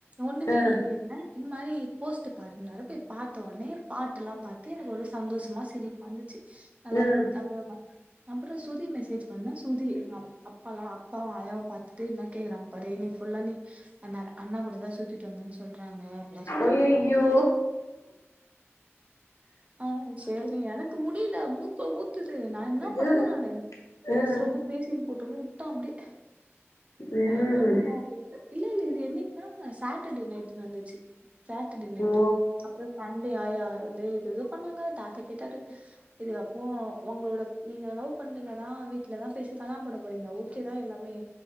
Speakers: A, on the right; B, on the left.
A: ஒன்னுமே
B: ஆ
A: இல்லியேன்ன இந்மாரி போஸ்ட்டு பாருன்னாரு போய் பாத்த ஒன்னே பாட்டுல்லா பாத்து எனக்கு ஒரே சந்தோஷ்மா சிரிப்பாந்துச்சு நல்லாத்
B: ம்
A: <unintelligible> அப்புற சுதி மெசேஜ் பண்ண சுதி எங் அப் அப்பாலா அப்பாவு ஆயாவா பாத்துட்டு இன்னா கேக்குறாங் பரே இன்னிக் ஃபுல்லா நீ அண்ணா அண்ணா கூட தா சுத்திட்டு வந்தன் சொல்றாங்க அப்டிலா சொல்லிட்டு
B: ஒய் ஐயோ
A: ஆ சேரி எனக்கு முடிய்ல மூக்க ஊத்துது நா இன்னா பண்ணுவ
B: ம்
A: நானு பேஸ்ரவ்ங்க
B: ம்
A: பேசின் போட்டுனு உட்ட அப்டே
B: ம்
A: அ பண்ணல அப்டின்ட்ட இல்லல்ல இது என்னிக்னா சாட்டர்டே நைட்டு நட்ந்துச்சு சாட்டர்டே நைட்டு்
B: ஓ
A: அப்ற சண்டே ஆயா ந்து இதுதோ பண்ணாங்க தாத்தா கேட்டாரு இதுகப்றோ ஒங்ளோட நீங்க லவ் பண்றீங்கதா வீட்லதா பேசி கல்லாண் பண்ண போறீங்க ஓகேதா எல்லாமே